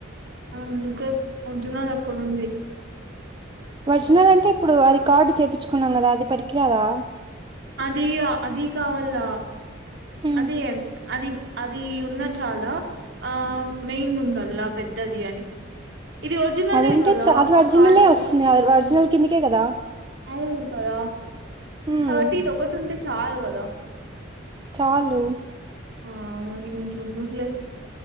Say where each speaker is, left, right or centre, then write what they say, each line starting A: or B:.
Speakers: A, on the right (about 60°); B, on the right (about 25°).
A: అందుకే వద్జునాది అక్కడుంది
B: ఒరిజినల్ అంటే ఇప్పుడు అది కార్డు చేయించుకున్నాం కదా అది పరికిరాదా
A: అది అది కావాల
B: ఉమ్
A: అదే అది అది ఉన్న చాలా ఆ మెయిన్ ఉండల్ల పెద్దది అని ఇది ఒరిజినలే
B: అది ఉంటే
A: కదా
B: చ అది ఒరిజినలే
A: కార్డ్ చేపించుకో
B: వస్తుంది అది ఒరిజినల్ కిన్నిక కద
A: అవును కదా
B: ఉమ్
A: కాబట్టి ఇదిటి ఉంటే చాలు కదా
B: చాలు
A: ఆ మరి ఇకల